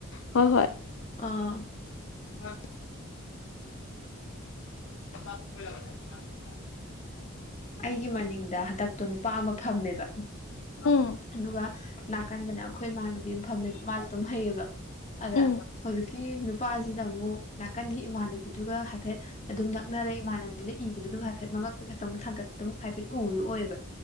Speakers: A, on the left; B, on the left.
A: ꯍꯣꯏ ꯍꯣꯏ
B: ꯑꯥ
A: ꯑ <unintelligible>
B: ꯑꯩꯒꯤ ꯃꯅꯤꯡꯗ ꯍꯟꯗꯛꯇꯣ ꯅꯨꯄꯥ ꯑꯃ ꯐꯝꯃꯦꯕ
A: ꯎꯝ
B: ꯑꯗꯨꯒ ꯅꯥꯀꯟꯗꯅ ꯑꯩꯈꯣꯏ ꯏꯃꯥꯟꯅꯕꯤ ꯑꯃ ꯐꯝꯃꯦ ꯃꯥꯁꯨ ꯑꯗꯨꯝ ꯍꯩꯌꯦꯕ ꯑꯗ
A: ꯎꯝ
B: ꯍꯧꯖꯤꯛ ꯀ ꯅꯨꯄꯥ ꯑꯖꯤꯅꯃꯨ ꯅꯥꯀꯟꯒꯤ ꯏꯃꯥꯟꯅꯕꯤꯗꯨꯒ ꯍꯥꯏꯐꯦꯠ ꯑꯗꯨꯝ ꯅꯛꯅꯔꯦ ꯏꯃꯥꯟꯅꯕꯤꯅ ꯏꯕꯗꯨ ꯑꯗꯨꯝ ꯍꯥꯏꯐꯦꯠ ꯃꯉꯛꯇ ꯈꯛꯇꯪ ꯊꯥꯡꯒꯠ ꯑꯗꯨꯝ ꯍꯥꯏꯐꯦꯠ ꯎꯕꯗꯣ ꯑꯣꯏꯌꯦꯕ